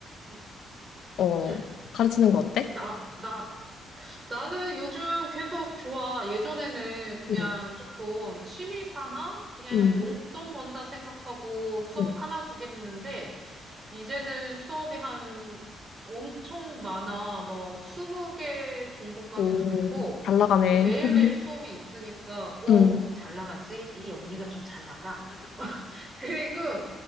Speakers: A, on the right; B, on the left.
A: 응,
B: 어,
A: 응.
B: 가르치는 거 어때?
A: 나, 나, 나는 요즘 계속 좋아. 예전에는 그냥
B: 음,
A: 조금 취미 삼아? 그냥
B: 음,
A: 용돈 번다 생각하고 수업
B: 음.
A: 하나 두 개 했는데, 이제는 수업이 한 엄청 많아. 뭐 20개 정도까지도
B: 오,
A: 되고.
B: 잘 나가네.
A: 그래서 매일매일
B: <laughs>
A: 수업이 있으니까, 어,
B: 음.
A: 잘 나가지? 이 언니가 좀 잘 나가. <laughs> 그리고